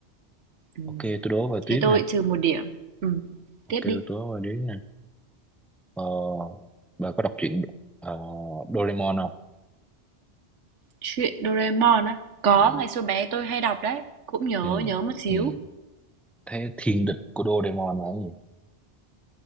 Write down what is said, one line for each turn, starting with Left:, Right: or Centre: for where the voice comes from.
Right: Ừ.
Centre: ok tôi đố vào tiếp
Right: Thế tôi
Centre: nè
Right: trừ một điểm. Ừ.
Centre: ok
Right: Tiếp
Centre: tôi
Right: đi.
Centre: đố vào tiếp nè ờ bà có đọc truyện ờ, Doraemon không
Right: Chuyện Doraemon á. Có,
Centre: ừ.
Right: ngày xưa bé tôi hay đọc đấy. Cũng nhớ,
Centre: Ừ.
Right: nhớ một xíu.
Centre: Ừ. thế thiên địch của Doraemon là cái gì